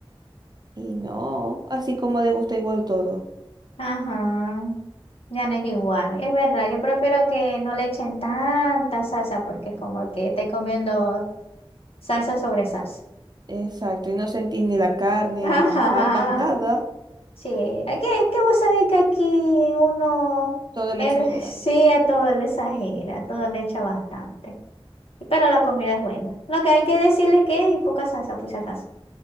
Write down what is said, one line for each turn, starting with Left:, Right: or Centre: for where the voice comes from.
Right: Y no, así como de gusto igual todo.
Left: Ajá. Ya no es igual. Es verdad, yo prefiero que no le echen tanta salsa porque es como que estáis comiendo salsa sobre salsa.
Right: Exacto, y no sentís ni la carne,
Left: <laughs> Ajá.
Right: ni las papas, nada,
Left: Sí, aquí es que vos sabéis que aquí uno,
Right: todo lo
Left: él
Right: exagera.
Left: <laughs> sí a todo le exagera, a todo le echa bastante. Pero la comida es buena. Lo que hay que decirle es que hay poca salsa, por si acaso.